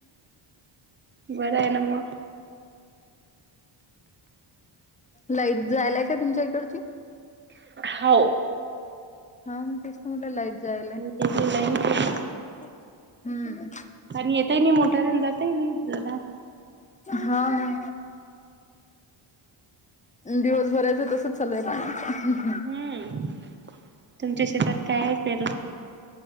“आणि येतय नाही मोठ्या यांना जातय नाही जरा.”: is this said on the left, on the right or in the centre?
Right